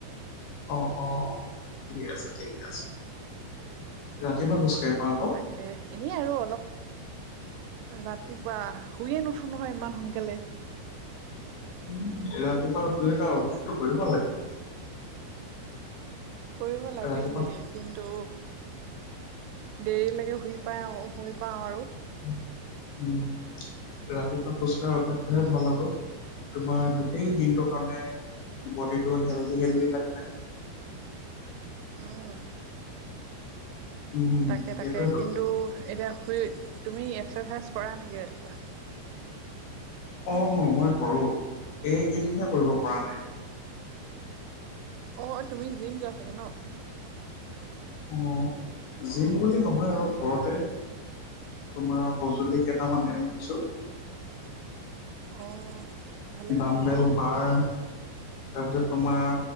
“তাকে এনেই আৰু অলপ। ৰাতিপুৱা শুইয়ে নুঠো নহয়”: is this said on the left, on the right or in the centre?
Right